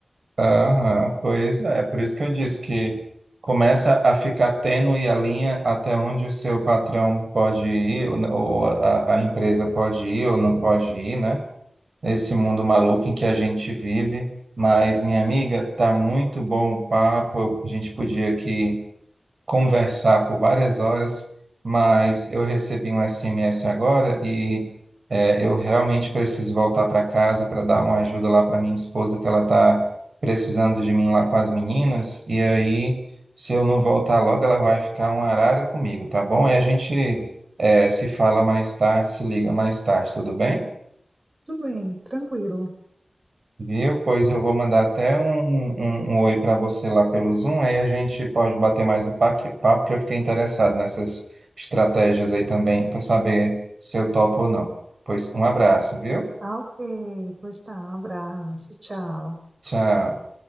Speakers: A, on the right; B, on the right.
A: Aham, pois é, por isso que eu disse que começa a ficar tênue a linha até onde o seu patrão pode ir, ou né, ou a, a empresa pode ir ou não pode ir, né? Esse mundo maluco em que a gente vive. Mas, minha amiga, tá muito bom o papo. Eu- A gente podia aqui conversar por várias horas, mas eu recebi um SMS agora e é, eu realmente preciso voltar para casa para dar uma ajuda lá para minha esposa, que ela está precisando de mim lá com as meninas. E aí, se eu não voltar logo, ela vai ficar uma arara comigo, tá bom? E a gente é, se fala mais tarde, se liga mais tarde, tudo bem?
B: Tudo bem, tranquilo.
A: Viu? Pois eu vou mandar até um, um, um oi para você lá pelo Zoom, aí a gente pode bater mais o paque- papo, porque eu fiquei interessado nessas estratégias aí também, para saber se eu topo ou não. Pois um abraço, viu?
B: Tá ok, pois tá, abraço, tchau.
A: Tchau.